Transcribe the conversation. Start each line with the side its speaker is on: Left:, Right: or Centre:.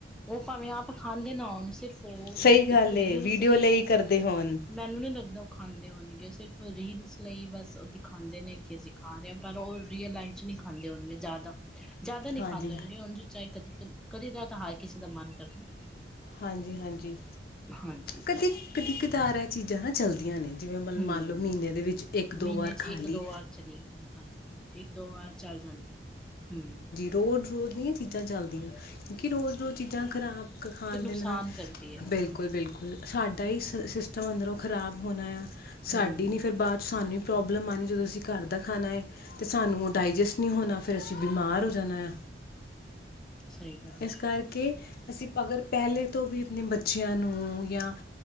Centre: ਉਹ ਭਾਵੇਂ ਆਪ ਖਾਂਦੇ ਨਾ ਹੋਣ ਸਿਰਫ ਉਹ
Left: ਸਹੀ ਗੱਲ
Centre: ਇੱਕ
Left: ਏ
Centre: ਰੀਲਸ
Left: ਵੀਡੀਓ
Centre: ਲਈ
Left: ਕਰਦੇ ਹੋਣ।
Centre: ਮੈਨੂੰ ਨਹੀਂ ਲੱਗਦਾ ਉਹ ਖਾਂਦੇ ਹੋਣਗੇ ਉਹ ਸਿਰਫ ਰੀਲਸ ਲਈ ਬਸ ਉਹ ਦਿਖਾਉਂਦੇ ਨੇ ਅਸੀਂ ਖਾ ਰਹੇ ਹਾਂ ਪਰ ਉਹ ਰੀਅਲ ਲਾਈਫ ਚ ਨਹੀਂ ਖਾਂਦੇ ਹੋਣਗੇ ਜ਼ਿਆਦਾ ਜ਼ਿਆਦਾ ਨਹੀਂ
Left: ਹਾਂਜੀ।
Centre: ਖਾਂਦੇ ਹੋਣਗੇ ਚਾਹੇ ਕਦੀ- ਕਦੀ ਦਾ ਤਾਂ ਹਰ ਕਿਸੇ ਦਾ ਮਨ ਕਰਦਾ
Left: ਹਾਂਜੀ- ਹਾਂਜੀ
Centre: ਹਾਂਜੀ
Left: ਕਦੀ ਕਦਾਰ ਆ ਚੀਜ਼ਾਂ ਨਾ ਚੱਲਦੀਆਂ ਨੇ ਜਿਵੇਂ ਮੰਨ
Centre: ਹੂੰ
Left: ਲਓ ਮਹੀਨੇ ਦੇ ਵਿੱਚ ਇੱਕ
Centre: ਮਹੀਨੇ
Left: ਦੋ ਵਾਰ ਖਾਲੀ
Centre: ਚ ਹਾਂਜੀ ਹਾਂਜੀ ਇੱਕ ਦੋ ਵਾਰ ਚੱਲ ਜਾਂਦੀ ਹੈ ਹੂ
Left: ਰੋਜ਼- ਰੋਜ਼ ਨਹੀਂ ਚੀਜ਼ਾਂ ਚੱਲਦੀਆਂ ਕਿਉਂਕਿ ਰੋਜ਼- ਰੋਜ਼ ਚੀਜ਼ਾਂ ਖਰਾਬ ਖਾਣ
Centre: ਫਿਰ ਨੁਕਸਾਨ
Left: ਦੇ ਨਾਲ
Centre: ਕਰਦੀ ਹੈ ਹਾਂਜੀ
Left: ਬਿਲਕੁਲ- ਬਿਲਕੁਲ ਸਾਡਾ ਹੀ ਸਿਸਟਮ ਅੰਦਰੋਂ ਖ਼ਰਾਬ ਹੋਣਾ ਆ ਸਾਡੀ
Centre: ਹੂੰ
Left: ਨਹੀਂ ਫਿਰ ਬਾਅਦ 'ਚ ਸਾਨੂੰ ਪ੍ਰੋਬਲਮ ਆਉਣੀ ਜਦੋਂ ਅਸੀਂ ਘਰ ਦਾ ਖਾਣਾ ਹੈ ਤਾਂ ਸਾਨੂੰ ਉਹ ਡਾਇਜੈਸਟ ਨਹੀਂ ਹੋਣਾ ਫਿਰ ਅਸੀਂ ਬਿਮਾਰ
Centre: ਹੂੰ
Left: ਹੋ ਜਾਣਾ ਆ
Centre: ਸਹੀ ਗੱਲ ਹੈ,
Left: ਇਸ ਕਰਕੇ ਕੇ ਅਸੀਂ ਅਗਰ ਪਹਿਲੇ ਤੋਂ ਵੀ ਆਪਣੇ ਬੱਚਿਆਂ ਨੂੰ ਜਾਂ